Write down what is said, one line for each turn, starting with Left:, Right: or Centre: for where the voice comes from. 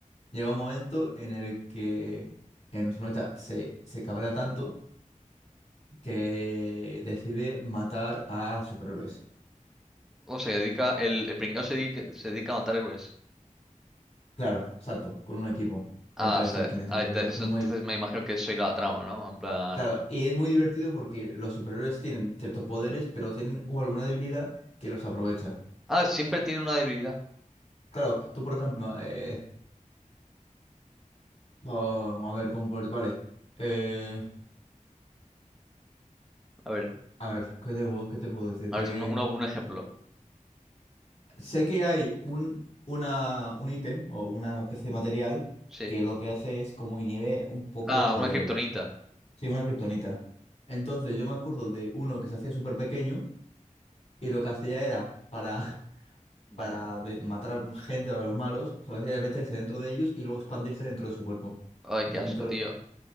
Left: llega un momento en el que en su planeta se, se cabrea tanto que decide matar a superhéroes.
Centre: O se dedica, el, el pringao se dedica, se dedica a matar héroes.
Left: Claro, exacto, con un equipo.
Centre: Ah,
Left: Y antes
Centre: o
Left: de
Centre: sea,
Left: decir quién es
Centre: ah,
Left: un profesor,
Centre: de- eso-
Left: es muy,
Centre: entonces me imagino que soy la trama, ¿no? En plan...
Left: Claro, y es muy divertido porque los superhéroes tienen ciertos poderes, pero tienen u- alguna debilidad que los aprovecha.
Centre: Ah, siempre tiene una debilidad.
Left: Claro, tú por ejemplo, eh, vamos a ver, con poder- vale, eh,
Centre: A ver,
Left: a ver, ¿qué te, puedo- qué te puedo decir?
Centre: a
Left: Que
Centre: ver si uno, uno- un ejemplo.
Left: sé que hay un, una, un ítem o una especie de material
Centre: Sí.
Left: que lo que hace es como inhibe un poco
Centre: Ah,
Left: los poderes.
Centre: una kriptonita.
Left: Sí, una kriptonita. Entonces yo me acuerdo de uno que se hacía súper pequeño y lo que hacía era para...
Centre: Vaya.
Left: para de- matar a gente o a los malos, lo que hacía era meterse dentro de ellos y luego expandirse dentro de su cuerpo.
Centre: Ay,
Left: Dentro.
Centre: qué asco, tío.